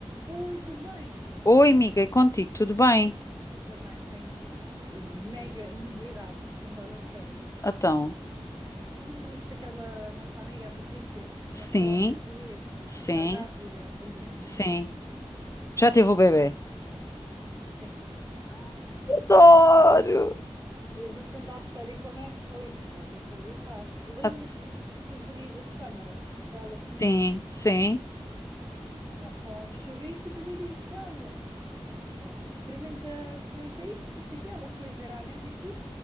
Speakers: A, on the right; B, on the left.
A: Oi, tudo bem?
B: Oi, amiga, e contigo, tudo bem?
A: Também tenho s- mega <laughs> novidade, não estás à espera.
B: Então,
A: Tu não te lembras daquela nossa amiga, a Patrícia, que
B: sim,
A: nós falámos no outro dia, que
B: sim,
A: está grávida, adivinha?
B: sim. Já tive o bebê?
A: Sim.
B: Adoro!
A: E ne- e eu vou-te contar a história e como é que foi, nem vais acreditar. Lembras-te
B: Ah,
A: de te sugerir as tâmaras para ela comer?
B: sim, sim.
A: Nós falámos sobre isso e depois eu disse-lhe, olha, ah, experimenta, experimenta isto, não sei o quê. Ela foi ver à net e tudo,